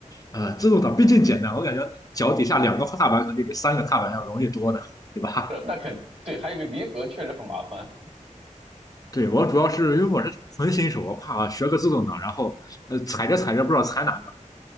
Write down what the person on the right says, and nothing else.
是，那肯对，还有一个离合确实很麻烦。